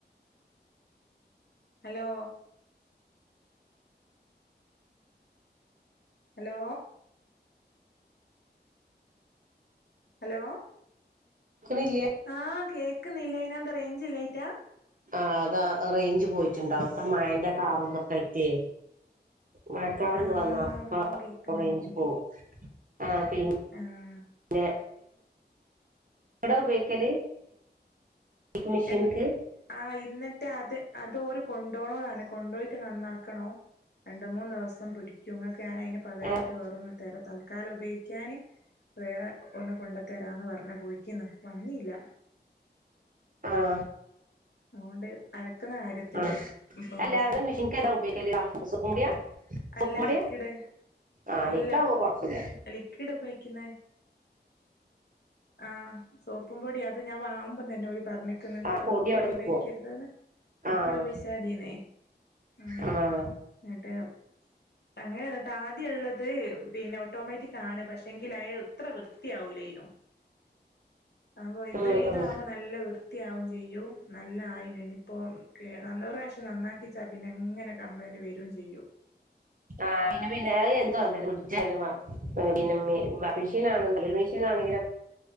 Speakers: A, on the left; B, on the right.
A: ഹലോ ഹലോ ഹലോ
B: കേൾക്കണില്ല
A: ആഹ് കേക്കുന്നില്ല ഇനന്ത റേഞ്ചില്ല റ്റാ
B: ആ അതാ റേഞ്ച് പോയിട്ടുണ്ടാവും ഇപ്പ മായന്റെ കാറും ന്തൊക്കെയായിട്ടേ മഴക്കാറണ്ട്
A: ആഹ്
B: വന്ന അപ്പ
A: ഒന്നും കേക്കുന്നില്ലേനു
B: റഞ്ച് പോകും ആ പന്നെ
A: ആഹ്
B: <unintelligible> ഉപയോഗിക്കല് ബ്ലീച്ചിങ് മെഷീൻക്ക്
A: എന്ന് ആ ഇന്നി മട്ട് അത് അതോരു കൊണ്ടോണോന്നാണ്‌ കൊണ്ടോയിട്ട് നന്നാക്കണോ രണ്ട് മൂന്ന് ദിവസം പിടിക്കൊ ഇങ്ങക്ക ഞാനയിന് പകരായിട്ട്
B: ആഹ്
A: വേറൊന്ന് തരാ ത തക്കാല ഉപയോഗിക്കാാന് വേറെ ഒന്ന് കൊണ്ടത്തരാന്ന് പറഞ്ഞു അനെ പോയിക്കുന്നു വന്നിയില്ല
B: ആ
A: അതുകൊണ്ട് അലക്കുന്ന കാര്യത്തില്
B: ആ
A: ഇപ്പം
B: അല്ല
A: പ്രശ്നം
B: മെഷീൻക്കെതാ ഉപയോഗിക്കല് <unintelligible> <unintelligible> സോപ്പും
A: അല്ല
B: പൊടിയാ
A: ലിക്വിഡ്
B: ആഹ്
A: അല്ല
B: ലിക്വിഡ് ആവുമ്പോ കൊഴപ്പല്ല
A: ലിക്വിഡ് ക്കുന്നെ ആ സോപ്പും പൊടി അത് ഞാൻ വാങ്ങുമ്പം തന്നെ ഒരു പറഞ്ഞിക്കന്ന്
B: ആഹ്
A: സോപ്പും പൊടി
B: അവിടെ നിക്കും
A: ഉപയോഗിക്കരുതന് ലിക്വിഡ്
B: ആഹ്
A: ഉപയിഗിച്ച മതീന്നേ ആ
B: ആഹ്
A: എന്നിട്ട് അങ്ങനെ ആദ്യ ഉള്ളത് പിന്നെ ഓട്ടോമാറ്റിക് ആണ് പക്ഷെ എങ്കിൽ അ ഇത്ര വൃത്തിയാവൂലയനു അപ്പൊ ഇത്
B: ഉം
A: ഇതാവുമ്പോ
B: ഉം ഉം
A: നല്ല വൃത്തി ത്തിയാവും ചെയ്യൂ നല്ലായി ഇനിയിപ്പോ നല്ല <unintelligible> പക്ഷ നന്നാക്കിച്ചാൽ പിന്നെ എങ്ങനെ കംപ്ലൈയിന്റ് വരും ചെയ്യും
B: ആ പിന്നെ പിന്നെ അത് <unintelligible> ഫ്രിഡ്ജയാലും ആ പിന്നെ വാഷിംഗ്‌ മെഷീൻ ആണെങ്കിലും ടെലിവിഷനാണെങ്കിലും